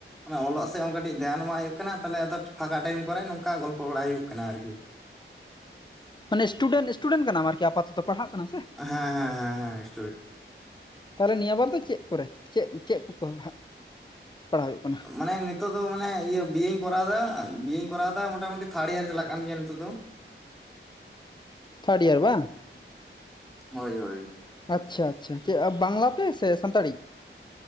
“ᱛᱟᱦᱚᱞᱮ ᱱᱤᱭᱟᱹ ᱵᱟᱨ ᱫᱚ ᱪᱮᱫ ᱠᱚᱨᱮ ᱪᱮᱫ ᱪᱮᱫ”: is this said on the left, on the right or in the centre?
Left